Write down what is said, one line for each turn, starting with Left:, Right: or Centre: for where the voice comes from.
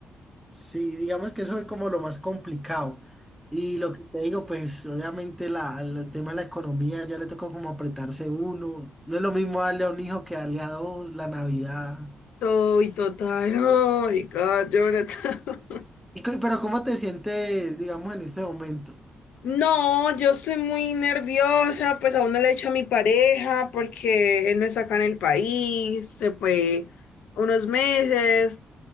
Centre: Sí, digamos que eso fue como lo más complicado. Y lo que te digo, pues obviamente la, el tema de la economía ya le tocó como apretarse uno. No es lo mismo darle a un hijo que darle a dos, la Navidad.
Left: Soy total. Oh my God, Jonathan. <laughs>
Centre: Y co- pero ¿cómo te sientes, digamos, en este momento?
Left: No, yo estoy muy nerviosa, pues aún no le he dicho a mi pareja porque él no está acá en el país, se fue unos meses,